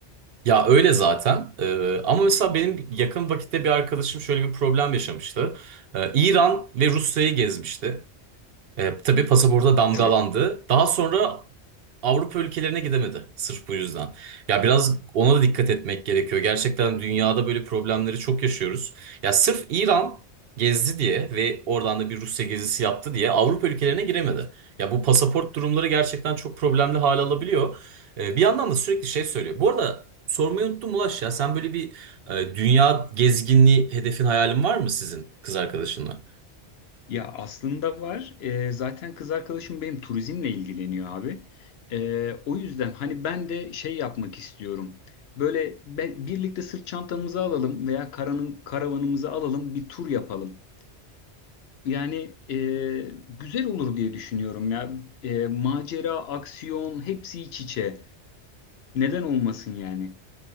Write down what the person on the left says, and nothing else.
Evet.
Ya aslında var. Ee, zaten kız arkadaşım benim turizmle ilgileniyor abi. Ee, o yüzden hani ben de şey yapmak istiyorum. Böyle be- birlikte sırt çantamızı alalım veya karanın, karavanımızı alalım bir tur yapalım. Yani e, güzel olur diye düşünüyorum ya. E, macera, aksiyon hepsi iç içe. Neden olmasın yani?